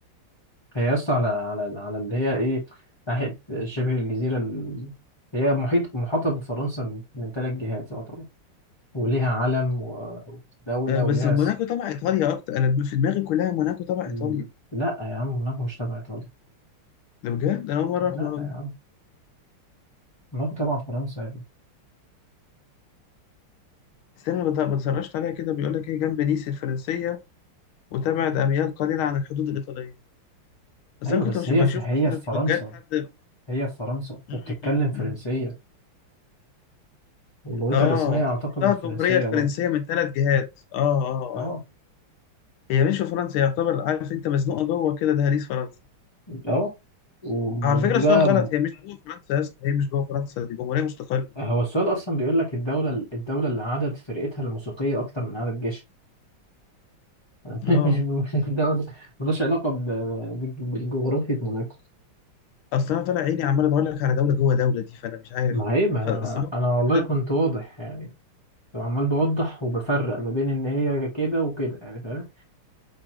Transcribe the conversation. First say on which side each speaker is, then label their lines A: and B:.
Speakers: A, on the left; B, on the left.
A: هي أصلا على على على اللي هي إيه ناحية شبه الجزيرة ال... هي محيط محاطة بفرنسا من ثلاث جهات طبعا وليها علم و- ودولة
B: آه، بس
A: وليها
B: موناكو تبع إيطاليا أكتر أنا في دماغي كلها موناكو تبع
A: مم.
B: إيطاليا
A: لا يا عم موناكو مش تبع ايطاليا
B: ده بجد أنا أول مرة أعرف
A: لا
B: المعلومة
A: يا
B: دي
A: عم موناكو تبع فرنسا يا ابني
B: استنى أنا بت- بتسرشت عليها كده بيقول لك هي جنب نيس الفرنسية وتبعد
A: مم.
B: أميال قليلة عن الحدود الإيطالية بس
A: ايوه
B: أنا كنت
A: بس
B: بش-
A: هي
B: بشوف
A: في هي
B: مثلا
A: في فرنسا
B: فلوجات حد
A: هي في فرنسا
B: <laughs>
A: وبتتكلم فرنسيه ولغتها
B: اه
A: الرسميه اعتقد
B: تحتها
A: الفرنسيه
B: الجمهورية الفرنسية
A: برضه
B: من ثلاث جهات اه اه
A: اه
B: اه هي مش في فرنسا يعتبر عارف انت مزنوقة جوه كده دهاليز فرنسا
A: اه و-
B: على فكرة
A: ودي
B: السؤال
A: بقى
B: غلط
A: م-
B: هي مش جوه فرنسا يا اسطى هي مش جوه فرنسا دي جمهورية مستقلة
A: هو السؤال اصلا بيقول لك الدوله الدوله اللي عدد فرقتها الموسيقيه اكتر من عدد جيشها <laughs>
B: اه
A: مش مش الدوله ملوش علاقه ب- ب- بالجغرافيا موناكو
B: اصل انا طالع عيني عمال ادور لك على دولة جوه دولة دي فانا مش عارف
A: ما هي ما
B: فاصل مصر
A: انا والله
B: فعلا-
A: كنت واضح يعني فعمال بوضح وبفرق ما بين ان هي كده وكده يعني فاهم